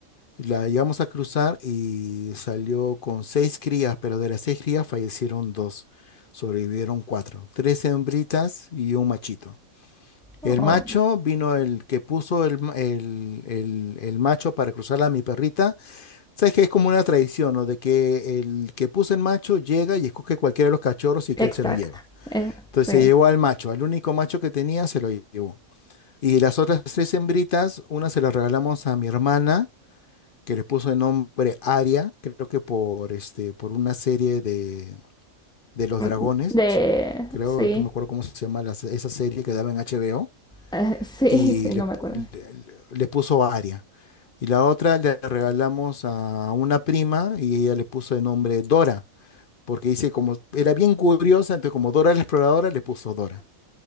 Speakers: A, on the left; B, in the centre.
A: La llegamos a cruzar y salió con seis crías, pero de las seis crías fallecieron dos, sobrevivieron cuatro, tres hembritas y un machito. El
B: Oh,
A: macho vino el que puso el, ma- el- el- el macho para cruzarla a mi perrita. Sabes que es como una tradición, ¿no? De que el que puso el macho llega y escoge cualquiera de los cachorros y
B: exacto.
A: que él se los lleva.
B: Eh,
A: Entonces
B: sí.
A: se llevó al macho, al único macho que tenía se lo llevó. Y las otras tres hembritas, una se la regalamos a mi hermana que le puso de nombre Aria, creo que por, este, por una serie de, de los
B: Mm,
A: dragones,
B: De...
A: creo,
B: Sí.
A: no me acuerdo cómo se llama la se- esa serie que daba en HBO,
B: Eh, <laughs> sí,
A: y
B: sí,
A: le,
B: no
A: pu-
B: me acuerdo.
A: le- le- le puso Aria. Y la otra le regalamos a una prima y ella le puso de nombre Dora, porque dice como era bien curiosa, entonces como Dora la exploradora le puso Dora.